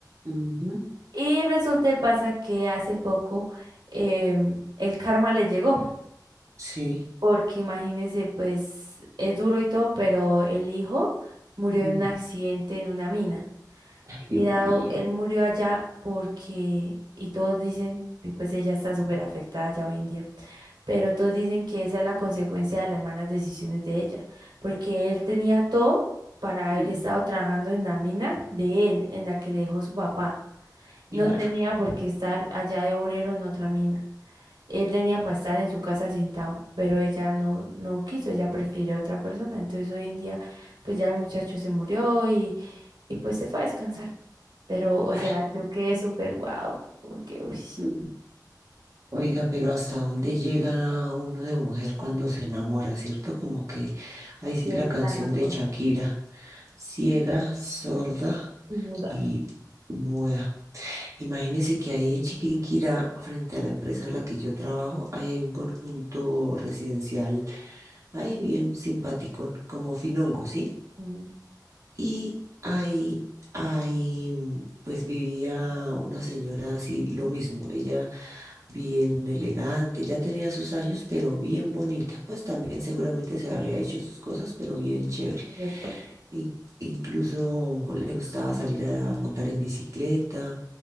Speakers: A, on the right; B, on the right.
A: ujú,
B: Y resulta y pasa que hace poco em, el karma le llegó
A: Sí.
B: porque imagínese, pues es duro y todo, pero el hijo murió
A: Mm.
B: en un accidente en una mina.
A: Ay,
B: Y
A: Dios
B: dado,
A: mío.
B: él murió allá porque, y todos dicen, y pues ella está súper afectada ya hoy en día, pero todos dicen que esa es la consecuencia de las malas decisiones de ella, porque él tenía todo para haber
A: Mm,
B: estado trabajando en la mina de él, en la que le dejó su papá. No
A: Claro.
B: tenía por qué estar allá de obrero en otra mina. Él tenía para estar en su casa sentado, pero ella no, no quiso, ella prefirió a otra persona. Entonces hoy en día, pues ya el muchacho se murió y, y pues se fue a descansar. Pero, o
A: Ay.
B: sea, yo quedé súper wow, como que, uy,
A: mm. Oiga, pero ¿hasta dónde llega uno de mujer cuando se enamora, cierto? Como que ahí sí
B: pierde
A: la canción
B: la razón
A: de Shakira, ciega, sorda.
B: y muda.
A: y muda. Imagínense que ahí en Chiquinquirá, frente a la empresa en la que yo trabajo, ahí hay un conjunto residencial, ahí bien simpático, como Finongo, ¿sí?
B: Mm,
A: Y ahí, ahí, mm, pues vivía una señora así, lo mismo, ella bien elegante, ya tenía sus años, pero bien bonita, pues también seguramente se habría hecho sus cosas, pero bien chévere.
B: correcto.
A: In- incluso le gustaba salir a montar en bicicleta